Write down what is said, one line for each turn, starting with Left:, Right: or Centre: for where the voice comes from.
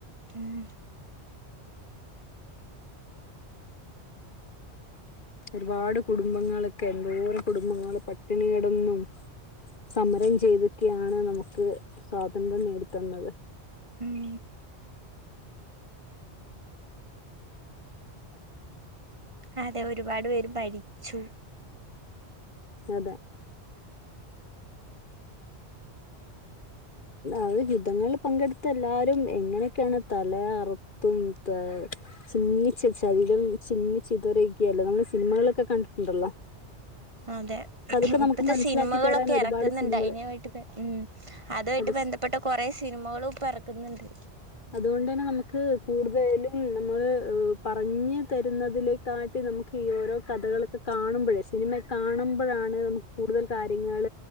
Right: ഉം.
Left: ഒരുപാട് കുടുംബങ്ങളൊക്കെ എന്തോര കുടുംബങ്ങള് പട്ടിണി കിടന്നും സമരം ചെയ്തക്കെയാണ് നമുക്ക് സ്വാതന്ത്ര്യം നേടിത്തന്നത്.
Right: ഉം അതെ ഒരുപാട് പേര് ഭരിച്ചു.
Left: അതെ. അത് യുദ്ധങ്ങളിൽ പങ്കെടുത്ത എല്ലാ വരും എങ്ങനെയൊക്കെയാണ് തല അർ അറത്തും തു ചിന്നിച്ച ശരീരം ചിന്നി ചിതറി ഒക്കെ അല്ലേ നമ്മള് സിനിമകളിലോക്കെ കണ്ടിട്ടുണ്ടല്ലോ.
Right: അതെ
Left: അപ്പൊ അതൊക്കെ നമുക്ക്
Right: ഇപ്പത്തെ
Left: മനസ്സിലാക്കി
Right: സിനിമകളൊക്കെ
Left: തരാൻ ഒരുപാട്
Right: ഇറക്കുന്നുണ്ട്
Left: സിനിമകൾ
Right: അനമായിട്ട് ഉം അതുമായിട്ട്
Left: അത്
Right: ബന്ധപ്പെട്ട കൊറെ സിനിമകളും ഇപ്പോ ഇറക്കുന്നുണ്ട്.
Left: അതുകൊണ്ട് തന്നെ നമുക്ക് കൂടുതലും നമ്മള് പറഞ്ഞ് തരുന്നതിലേ കാട്ടി നമുക്ക് ഈ ഓരോ കഥകളൊക്കെ കാണുമ്പോഴേ സിനിമയിൽ കാണുമ്പോഴാണ് നമുക്ക് കൂടുതൽ കാര്യങ്ങൾ.